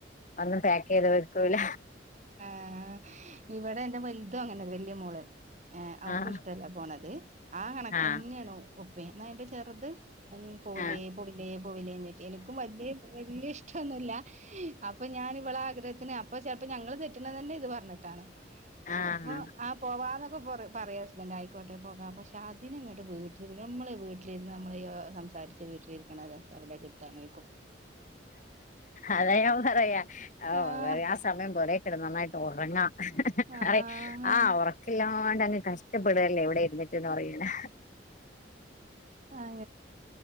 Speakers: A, on the left; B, on the right.
A: ഒന്നും പാക്ക് ചെയ്ത് വെക്കൂല
B: ആ ഇവിടെ എന്റെ വലുതും അങ്ങനെ വ- മോള് ഏ് അവക്കും
A: ആഹ്
B: ഇഷ്ടല്ല പോണത് ആ കണക്കന്നെയാണ്
A: ആഹ്
B: ഒപ്പേ എന്ന എന്റെ ചെറുത് പോവിലേ
A: ആഹ്
B: പോവിലേ പോവിലേന്ന് ചോദിച്ചു എനിക്കും വ വലിയ ഇഷ്ടൊന്നുമില്ല അപ്പൊ ഞാന് ഇവള ആഗ്രഹത്തിന് അപ്പോ ചിലപ്പോ ഞ- ഞങ്ങള് തെററ്റുന്ന തന്നെ ഇത് പറഞ്ഞിട്ടാണ്
A: ആഹ്
B: അപ്പൊ ആ പോവാന്നൊക്കെ പറയും പറയും ഹുസ്ബൻഡ് ആയിക്കോട്ടെ പോകാം പക്ഷെ അതിന് ഇങ്ങോട്ട് വീട്ടിലി നമ്മളെ വീട്ടിലിരിന്ന് നമ്മൾ സംസാരിച്ച് വീട്ടിലിരിക്കണ രസം അവിടെ കിട്ടാന്ന്ോക്കും
A: അതയാ പറയാ
B: ആഹ്
A: ആ സമയം പോലെ ഇവിടെ നന്നായിട്ട് ഉറങ്ങാം
B: ആഹ്
A: അ ആഹ ഉറക്കില്ല ഒരുപാടങ്ങു കഷ്ടപ്പെടല്ലേ ഇവിടെ എഴുന്നേറ്റന്ന് പറയാനാ
B: ആ